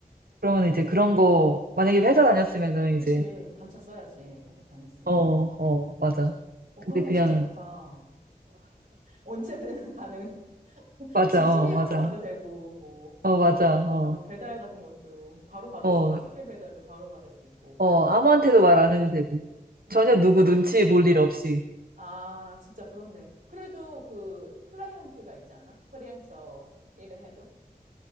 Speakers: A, on the right; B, on the right.
A: 그러면 이제 그런 거, 만약에 회사 다녔으면은
B: 그치.
A: 이제,
B: 반차 써야지. 회사 다녔으면.
A: 어, 어, 맞아.
B: 어,
A: 근데
B: 그런 거
A: 그냥,
B: 진짜 좋다. 언제든 <laughs> 가능.
A: 맞아,
B: 집수리
A: 어,
B: 하러
A: 맞아.
B: 와도 되고, 뭐,
A: 어,
B: 어,
A: 맞아. 어,
B: 뭐, 배달 같은 것도 바로 받을
A: 어,
B: 수, 택배 배달도 바로 받을 수 있고.
A: 어, 아무한테도 말 안 해도 되고. 전혀 누구 눈치 볼 일 없이.
B: 아, 진짜 그렇네. 그래도 그 클라이언트가 있지 않아? 프리랜서 일을 해도?